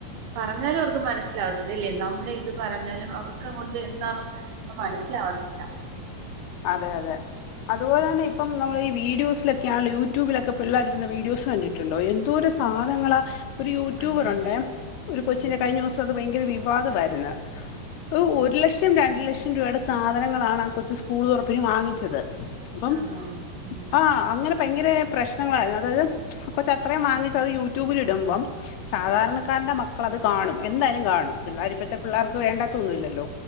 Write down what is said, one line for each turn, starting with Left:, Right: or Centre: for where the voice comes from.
Right: പറഞ്ഞാലും അവർക്ക് മനസ്സിലാകത്തില്ലല്ലേ നമ്മുടെ ഇത് പറഞ്ഞാലും അവർക്ക് അങ്ങോട്ട് എന്താണോ അപ്പ മനസ്സിലാവത്തില്ല
Left: അതെ അതെ അതുപോലെ തന്നെപ്പ നമ്മൾ ഈീഡിയോസൊക്കെയണല്ല യൂട്യൂബിലൊക്കെ പിള്ളേരിടുന്ന വീഡോ കണ്ടി് ണ്ടോ എന്തോര സാധനങ്ങ ഒരു യൂട്യൂബറുണ്ട്
Right: അതെ അതെ
Left: ഒരു കൊച്ചിന്റെ
Right: ഉം
Left: കഴിഞ്ഞ സം അത് ഭയങ്കര വിവാദമായിരുന്നു ഒരു ലക്ഷം രണ്ടു ലക്ഷം രൂപയുടെ സാധനങ്ങളാണ് കൊച്ചു സ്കൂൾ തുറപ്പിന് വാങ്ങിച്ചത് അപ്പം
Right: ആണോ ഉം
Left: ആ അങ്ങനെ ഭയങ്കര പ്രശ്നങ്ങളായിരുന്നു അതായത് കൊറച്ച അത്രയും വാങ്ങിച്ച അത് യൂട്യൂബില ഇടുമ്പം സാധാരണക്കാരന്റെ മക്കള അത് കാണും എന്തായാലും കാണും പിള്ളേർ ഇപ്പോഴത്തെ പിള്ളേർക്ക് വേണ്ടാത്തൊന്നുംല്ലല്ലോ